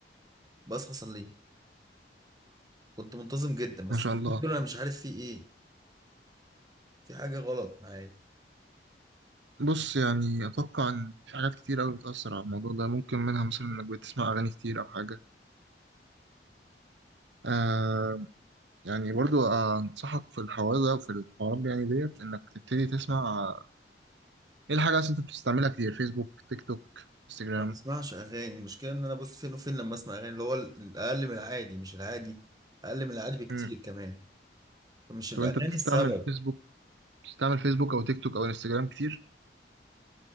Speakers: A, on the right; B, on the right.
A: بصحى اصليه كنت منتظم جدا بس
B: ما شاء
A: اليومين
B: الله
A: دول انا مش عارف في ايه في حاجة غلط معايا
B: بص يعني أتوقع إن في حاجات كتير أوي بتأثر على الموضوع ده ممكن منها مثلا إنك بتسمع أغاني كتير أو حاجة آه يعني برضو أنصحك في الحوار ده وفي الحوارات دي، يعني ديت إنك تبتدي تسمع آه، إيه الحاجة أصلا أنت بتستعملها كتير فيسبوك تيك توك انستجرام
A: ما بسمعش اغاني المشكله ان انا بص فين وفين لما اسمع اغاني اللي هو الاقل من العادي مش العادي اقل من العادي بكتير
B: مم.
A: كمان فمش الاغاني
B: طب أنت بتستعمل
A: السبب
B: فيسبوك بتستعمل فيسبوك أو تيك توك أو انستجرام كتير